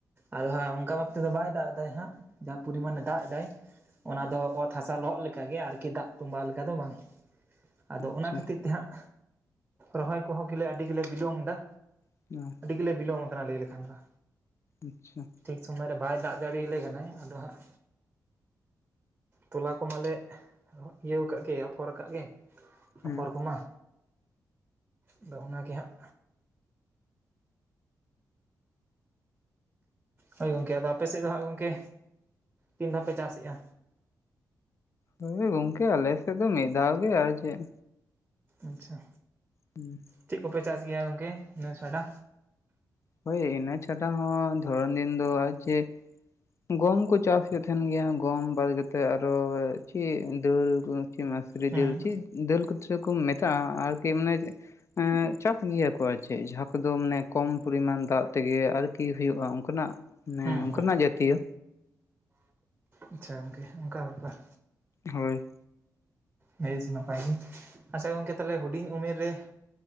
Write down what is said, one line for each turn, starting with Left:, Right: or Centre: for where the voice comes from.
Right: ᱟᱫᱚ ᱦᱟᱸᱜ ᱚᱱᱠᱟ ᱵᱟᱷᱟᱵ ᱛᱮᱫᱚ ᱵᱟᱭ ᱫᱟᱜ ᱮᱫᱟ ᱦᱟᱸᱜ ᱡᱟᱦᱟᱸ ᱯᱚᱨᱤᱢᱟᱱᱮ ᱫᱟᱜ ᱫᱟᱭ᱾ ᱚᱱᱟ ᱫᱚ ᱚᱛ ᱦᱟᱥᱟ ᱞᱚᱦᱚᱫ ᱞᱮᱠᱟ ᱜᱮ ᱟᱨᱠᱤ ᱫᱟᱜ ᱛᱚᱵᱟ ᱞᱮᱠᱟ ᱫᱚ ᱵᱟᱝ᱾ ᱟᱫᱚ
Left: ᱟᱪᱪᱷᱟ
Right: ᱚᱱᱟ ᱠᱷᱟᱹᱛᱤᱨ ᱛᱮ ᱦᱟᱸᱜ ᱨᱚᱦᱚᱭ ᱠᱚᱦᱚᱸ ᱜᱮᱞᱮ ᱟᱹᱰᱤ ᱜᱮᱞᱮ ᱵᱤᱞᱚᱢ ᱮᱫᱟ᱾
Left: <inaudible>
Right: ᱟᱹᱰᱤ ᱜᱮᱞᱮ ᱵᱤᱞᱚᱢ ᱟᱠᱟᱱᱟ ᱞᱟᱹᱭ ᱞᱮᱠᱷᱟᱱ ᱫᱚ᱾
Left: ᱟᱪᱪᱷᱟ᱾
Right: ᱴᱷᱤᱠ ᱥᱳᱢᱚᱭᱨᱮ ᱵᱟᱭ ᱫᱟᱜ ᱫᱟᱲᱮᱭᱟᱞᱮ ᱠᱟᱱᱟᱭ᱾ ᱟᱫᱚ ᱦᱟᱸᱜ ᱛᱚᱞᱟ ᱠᱚᱢᱟᱞᱮ ᱤᱭᱟᱹᱣ ᱠᱟᱜ ᱜᱮ ᱟᱯᱷᱚᱨ ᱟᱠᱟᱫ ᱜᱮ᱾
Left: ᱦᱮᱸ
Right: ᱟᱯᱷᱚᱨ ᱠᱚᱢᱟ, ᱟᱫᱚ ᱚᱱᱟ ᱜᱮ ᱦᱟᱸᱜ ᱦᱳᱭ ᱜᱚᱢᱠᱮ ᱟᱫᱚ ᱟᱯᱮᱥᱮᱫ ᱫᱚ ᱦᱟᱸᱜ ᱜᱚᱢᱠᱮ ᱛᱤᱱ ᱫᱷᱟᱣ ᱯᱮ ᱪᱟᱥᱮᱫᱼᱟ?
Left: ᱦᱳᱭ ᱜᱚᱝᱠᱮ ᱟᱞᱮᱥᱮᱫ ᱫᱚ ᱢᱤᱫ ᱫᱷᱟᱣ ᱜᱮ ᱟᱨ ᱪᱮᱫ?
Right: ᱟᱪᱪᱷᱟ᱾
Left: ᱦᱩᱸ᱾
Right: ᱪᱮᱫ ᱠᱚᱯᱮ ᱪᱟᱥ ᱜᱮᱭᱟ ᱜᱚᱢᱠᱮ ᱤᱱᱟᱹ ᱪᱷᱟᱰᱟ?
Left: ᱦᱳᱭ ᱤᱱᱟᱹ ᱪᱷᱟᱰᱟ ᱦᱚᱸ ᱫᱷᱚᱨᱚᱱ ᱫᱤᱱ ᱫᱚ ᱟᱨ ᱪᱮᱫ ᱜᱚᱢ ᱠᱚ ᱪᱟᱥ ᱦᱩᱭᱩᱜ ᱛᱟᱦᱮᱱ ᱜᱮᱭᱟ᱾ ᱜᱚᱢ ᱵᱟᱫᱠᱟᱛᱮ ᱟᱨᱚ ᱪᱮᱫ ᱫᱟᱹᱞ ᱪᱮᱫ ᱢᱩᱥᱨᱤ
Right: ᱦᱩᱸ
Left: ᱫᱟᱹᱞ ᱪᱮᱫ ᱫᱟᱹᱞ ᱠᱚᱪᱚ ᱠᱚ ᱢᱮᱛᱟᱜᱼᱟ ᱟᱨᱠᱤ ᱢᱟᱱᱮ ᱮᱸ ᱪᱟᱥ ᱜᱮᱭᱟ ᱠᱚ ᱟᱨ ᱪᱮᱫ ᱡᱟᱦᱟᱸ ᱠᱚᱫᱚ ᱢᱟᱱᱮ ᱠᱚᱢ ᱯᱚᱨᱤᱢᱟᱱ ᱫᱟᱜ ᱛᱮᱜᱮ ᱟᱨᱠᱤ ᱦᱩᱭᱩᱜᱼᱟ ᱚᱱᱠᱟᱱᱟᱜ ᱢᱟᱱᱮ
Right: ᱦᱩᱸ
Left: ᱚᱱᱠᱟᱱᱟᱜ
Right: ᱦᱩᱸ
Left: ᱡᱟᱛᱤᱭᱚ᱾
Right: ᱟᱪᱪᱷᱟ ᱜᱚᱝᱠᱮ ᱚᱱᱠᱟ ᱵᱮᱯᱟᱨ᱾
Left: ᱦᱳᱭ᱾
Right: ᱵᱮᱥ ᱱᱟᱯᱟᱭ ᱜᱮ᱾ ᱟᱪᱪᱷᱟ ᱜᱚᱝᱠᱮ ᱛᱟᱦᱚᱞᱮ ᱦᱩᱰᱤᱧ ᱩᱢᱮᱨ ᱨᱮ